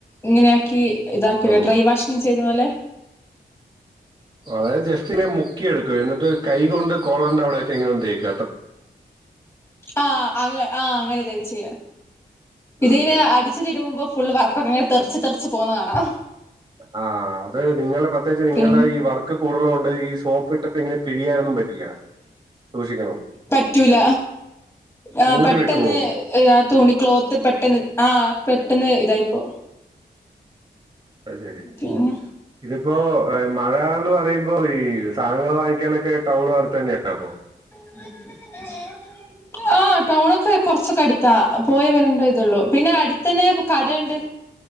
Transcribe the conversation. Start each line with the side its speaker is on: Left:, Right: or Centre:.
Left: ഇങ്ങനെയ ആക്കി, ഇതാകുലെ
Right: ഓ
Left: ഡ്രൈ വാഷിങ്ങ് ചെയുന്നപോലെ.
Right: അതായതു ജസ്റ്റിങ്ങനെ മുക്കിയെടുക്കും. എന്നിട്ട് കൈ കൊണ്ട് കോളറിന്റെ അവിടയൊക്കെ ഇങ്ങനെ ഒന്ന്‌ തേക്ക
Left: ആഹ അങ്ങ ആഹ അങ്ങനെ തേച് ചെയ്യ.
Right: ആ
Left: പിന്നെ അടിച്ചു തിരുമുമ്പോ ഫുൾ വർക്കെങ്ങനെ തെറിച്ച് തെറിച്ച് പോകുന്ന കാണാം.
Right: ആ അത് നിങ്ങളെ പ പ്രത്യകച്ച് നിങ്ങളടെ
Left: പിന്നെ
Right: ഈ വർക്ക് കൂടുതുക കൊണ്ട് ഈ സോപ്പ് ഇട്ട് ഇങ്ങനെ പിഴിയാനൊന്നും പറ്റില്ല സൂക്ഷിക്കണം
Left: പറ്റൂല ആ
Right: നൂല്
Left: പെട്ടെന്ന്
Right: വിട്ടുപോകും
Left: ആ ത തുണി ക്ലോത്ത് പെട്ടെന്ന് ആഹ പെട്ടെന്ന് ഇതായിപ്പോ
Right: അ ശരി
Left: പിന്നെ
Right: ഇതിപ്പോ മഴന്ന് പറയുമ്പോ ഈ സാധനങ്ങൾ വാങ്ങ ങ്ങികാനെക്കാ ടൗൺ അടുത്ത്തന്നെണ്ട അപ്പൊ
Left: <inaudible> ആഹ ടൗണൊക്കെ കൊറച്ചൊക്കെ അടുത്താ പോയി വരണ്ട ഇതള്ളൂ പിന്നെ അടുത്ത തന്നെ കടയുണ്ട്